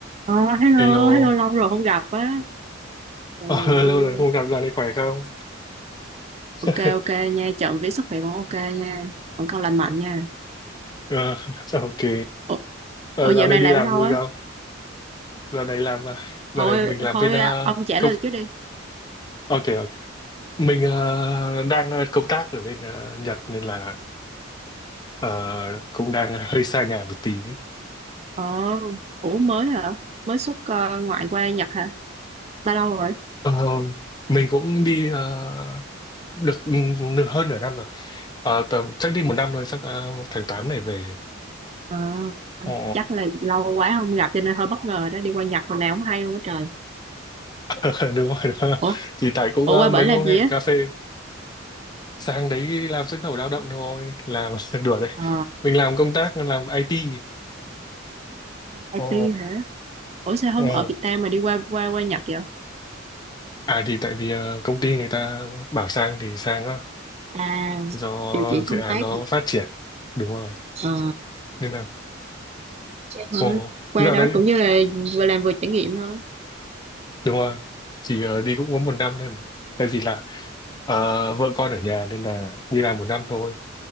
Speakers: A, on the right; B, on the left.
A: Ờ, hello,
B: Hello,
A: hello lâu rồi không gặp á. Trời
B: Ờ,
A: ơi.
B: lâu rồi không gặp, dạo này khỏe không?
A: Ok,
B: <laughs>
A: ok nha. Trộm vía sức khỏe vẫn ok nha. Vẫn còn lành mạnh nha.
B: Ờ, ok,
A: Ủa,
B: Ờ,
A: ủa dạo
B: dạo này
A: này
B: đi
A: làm
B: làm
A: ở đâu
B: vui
A: á?
B: không? Dạo này làm, à, dạo
A: Thôi,
B: này mình làm
A: thôi
B: bên ờ,
A: à, ông trả
B: công,
A: lời trước đi.
B: ok ok, mình ờ, đang ờ, công tác ở bên ờ, Nhật nên là ờ, cũng đang hơi xa nhà một tí.
A: Ờ, ủa mới hả? Mới xuất ờ, ngoại qua Nhật hả? Bao lâu rồi?
B: Ờ, mình cũng đi ờ, được nửa hơn nửa năm rồi, Ờ, tầm chắc đi một năm rồi, chắc ờ, tháng 8 này về.
A: Ờ,
B: Ồ
A: chắc là lâu quá không gặp cho nên hơi bất ngờ đó. Đi qua Nhật hồi nào cũng hay luôn á trời.
B: <laughs> đúng rồi, đó.
A: Ủa,
B: Thì tại cũng
A: ủa
B: ờ,
A: qua
B: mấy
A: bển làm
B: hôm
A: gì
B: hẹn
A: á?
B: cà phê sang đấy làm xuất khẩu lao động thôi làm <laughs> đùa đấy
A: Ờ,
B: mình làm công tác làm IT
A: IT
B: ồ
A: hả? Ủa sao không
B: ồ
A: ở Việt Nam mà đi qua qua qua Nhật vậy?
B: à thì tại vì ờ, công ty người ta bảo sang thì sang á
A: À,
B: do
A: điều chuyển
B: dự
A: công
B: án
A: tác
B: nó
A: hả?
B: phát triển đúng rồi
A: Ờ.
B: nên là
A: Ờ,
B: ồ
A: qua
B: dạo
A: đó
B: đấy
A: cũng như là vừa làm vừa trải nghiệm thôi
B: đúng rồi chỉ ờ, đi cũng có một năm thôi mà tại vì là ờ, vợ con ở nhà nên là đi làm một năm thôi